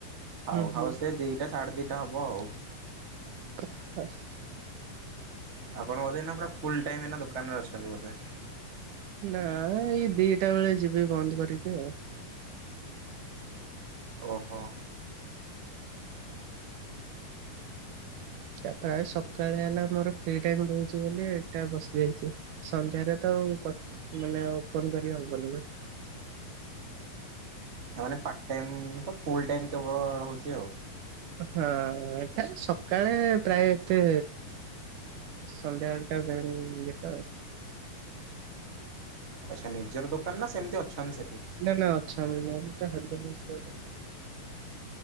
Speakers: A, on the right; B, on the right.
A: ଖାଉ
B: ହୁଁ ହୁଁ
A: ଖାଉ ସେ ଦିଟା ସାଢେ ଦିଟା ହବ ଆଉ।
B: ହାସ <unintelligible>
A: ଆପଣ ବୋଧେ ଏଇନା ପୁରା ଫୁଲ ଟାଇମ ଦୋକାନରେ ଅଛନ୍ତି ବୋଧେ?
B: ନା ଏଇ ଦିଟା ବେଳେ ଯିବେ ବନ୍ଦ କରିକି ଆଉ।
A: ଓହୋ
B: ଟା ପ୍ରାୟ ସକାଳେ ହେଲା ମୋର ଫ୍ରି ଟାଇମ ରହୁଛି ବୋଲି ଏଟା ବସିଯାଇଛି ସନ୍ଧ୍ୟାରେ ତ ମାନେ ଓପନ କରି ହବନି
A: ସେମାନେ ପାର୍ଟ ଟାଇ ତ ଫୁଲ ଟାଇ କେବଳ ରହୁଛି ଆଉ
B: ହଁ ଏଟା ସକାଳେ ପ୍ରାୟ ଏତେ ସନ୍ଧ୍ୟାବେଳଟା ଦେନ୍ ବେଟର
A: ଆଚ୍ଛା ନିଜର ଦୋକାନ ନା ସେମ୍ତି ଅଛନ୍ତି ସେଠି?
B: ନା-ନା ଅଛନ୍ତି <inaudible>